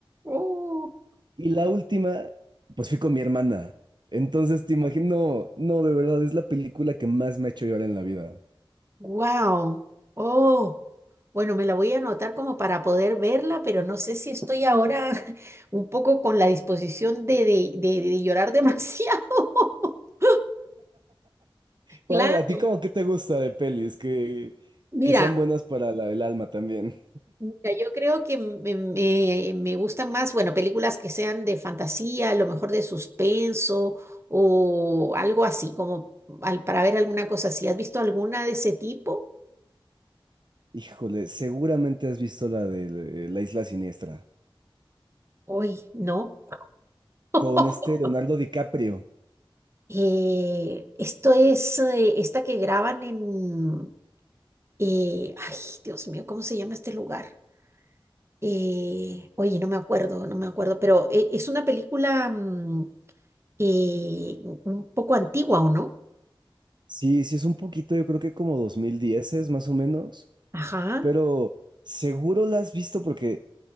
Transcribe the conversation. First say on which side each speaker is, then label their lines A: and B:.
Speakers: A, on the right (about 30°); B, on the right (about 55°).
A: Oh,
B: Y la última, pues fui con mi hermana. Entonces te imagino, no, de verdad, es la película que más me ha hecho llorar en la vida.
A: wow. Oh, bueno, me la voy a anotar como para poder verla, pero no sé si estoy ahora <laughs> un poco con la disposición de, de de- de llorar demasiado. <laughs> Claro.
B: O A ver, ¿a ti cómo qué te gusta de pelis? Que,
A: Mira,
B: que sean buenas para la- el alma también.
A: Mira, yo creo que me, me- me gustan más, bueno, películas que sean de fantasía, a lo mejor de suspenso o algo así, como al, para ver alguna cosa así. ¿Has visto alguna de ese tipo?
B: Híjole, seguramente has visto la de La Isla Siniestra,
A: Uy, no. <laughs>
B: con este Leonardo DiCaprio.
A: Eh, esto es eh, esta que graban en... eh, ay, Dios mío, ¿cómo se llama este lugar? Eh, oye, no me acuerdo, no me acuerdo, pero eh, es una película mm, eh, un un poco antigua, ¿o no?
B: Sí, sí, es un poquito, yo creo que como 2010 es más o menos,
A: Ajá.
B: pero seguro la has visto porque